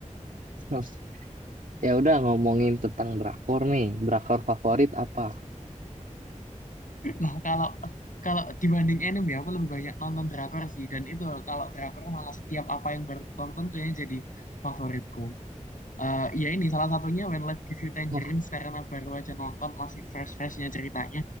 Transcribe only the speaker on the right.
<laughs> Ya udah ngomongin tentang drakor nih. Drakor favorit apa?
<laughs>